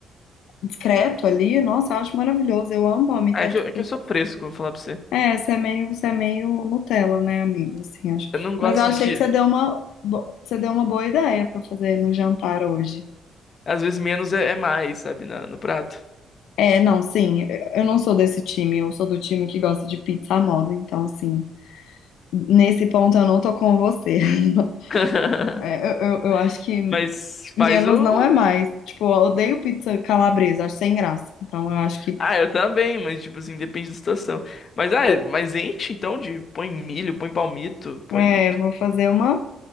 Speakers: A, on the left (about 85°); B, on the left (about 45°).
A: discreto ali. Nossa, eu acho maravilhoso. Eu amo palmito.
B: Ah, É
A: É
B: que
A: tipo.
B: eu, é que eu sou fresco, vou falar pra você.
A: É, você é meio, você é meio Nutella, né, amigo? Assim, acho.
B: Eu não gosto
A: Mas eu achei
B: de que,
A: que você deu uma, bo- você deu uma boa ideia pra fazer no jantar hoje.
B: às vezes, menos é, é mais, sabe, na- no prato.
A: É, não, sim, eu eu não sou desse time, eu sou do time que gosta de pizza à moda, então, assim, nesse ponto eu não tô com você. <laughs>
B: <laughs>
A: É, eu, eu- eu acho que
B: Mas
A: menos
B: faz o.
A: não é mais. Tipo, eu odeio pizza calabresa, acho sem graça. Então, eu acho que,
B: Ah, eu também, mas tipo assim, depende da situação. Mas ah, é, mas enche então de põe milho, põe palmito, põe
A: é, vou fazer uma,